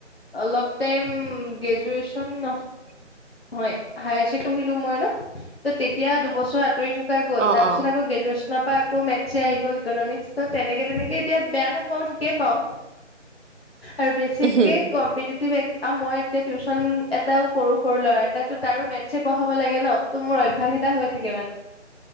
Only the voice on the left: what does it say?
অলপে গেজুৱেশন
হয়ো মই ন তেতিয়া দুবছৰ আত থ গ'ল
তাৰিছত
আক গ্ৰেজুৱেশ্যন আকৌ মেথছে আহি গ'ল ইকনমিক্স ত তেনেকে তেনেকে এতিয়া বেয়া নাপাও ঠিকেই পাওঁ আৰু বেছিকে
কম্পিটিটিভ এক্সাম মই এতিয়া টিউশন এটাও কৰো সৰু ল'ৰা এটা তো তাৰো মেথছে পঢ়াব লাগে ন ত' মোৰ অভ্যাস এটা হৈ